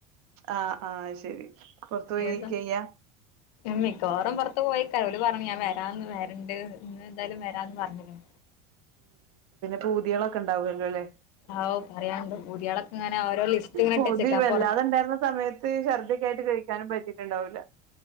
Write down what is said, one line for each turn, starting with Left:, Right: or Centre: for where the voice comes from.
Right: ആഹ് ആഹ് ശെരി പൊർത്തോയി
Left: ഏതാ
Right: കഴിക്കായ്യ?
Left: മിക്കവാറും പൊർത്ത് പോയിക്ക ഓല് പർഞ്ഞ് ഞൻ വരാന്ന് വരണ്ട് ന്ന് എന്തായാലും വരാന്ന് പർഞ്ഞ്ക്ക്ണ്.
Right: പൂതിയളൊക്കെ ണ്ടാവും അല്ലേ ലേ.
Left: അവ് പറയാണ്ടോ പൂതിയള ഇങ്ങനെ ഓരോ ലിസ്റ്റ് ഇങ്ങനെ
Right: പൂതി
Left: ഇട്ടച്ചക്കാ
Right: വല്ലാതെ
Left: പൊർത്ത്
Right: ഉണ്ടായിരുന്ന സമയത്ത് ഛർദിയൊക്കെ ആയിട്ട് കഴിക്കാനും പറ്റിയിട്ടുണ്ടാവൂല